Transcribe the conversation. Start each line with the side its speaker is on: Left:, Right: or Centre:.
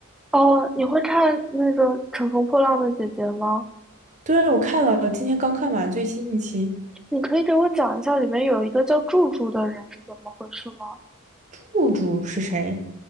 Centre: 哦，你会看那个《乘风破浪的姐姐》吗？
Right: 对，我看了，今天刚看完最新一期，
Centre: 你可以给我讲一下里面有一个叫祝祝的人是怎么回事吗？
Right: 户主是谁？